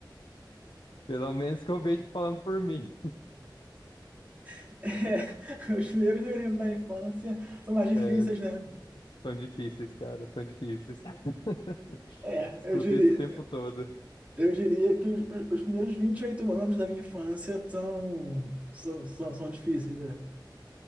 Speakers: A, on the left; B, on the right.
A: Pelo menos que eu vejo falando por mim.
B: <laughs> É, Os primeiros períodos da infância são mais difíceis,
A: É,
B: né?
A: são difíceis, cara, são difíceis. <laughs>
B: É,
A: Escuto
B: eu diria,
A: isso o tempo todo.
B: eu diria que os, os primeiros 28 anos da minha infância são, são, são, são difíceis, é.